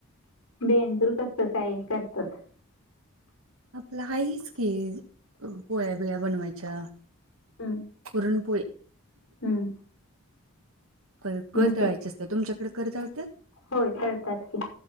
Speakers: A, on the left (about 85°); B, on the right (about 75°).
A: बेंदूर कस काय करतात.
B: आपलं आहे हेच की पोळ्या बिळ्या बनवायच्या
A: हम्म
B: पुरणपोळी
A: हम्म
B: कर कर
A: दुसरं
B: दळायचे असते तुमच्याकडे कर दळत्यात.
A: होय तळतात कि